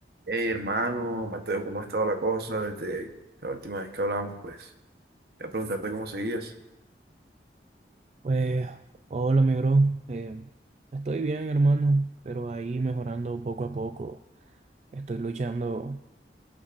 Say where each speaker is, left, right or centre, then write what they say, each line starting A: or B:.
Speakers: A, on the right; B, on the right.
A: Hey, hermano, Mateo, ¿cómo ha estado la cosa desde la última vez que hablamos? Pues, voy a preguntarte cómo seguías.
B: Pues, hola, mi bro. Eh, estoy bien, hermano, pero ahí mejorando poco a poco. Estoy luchando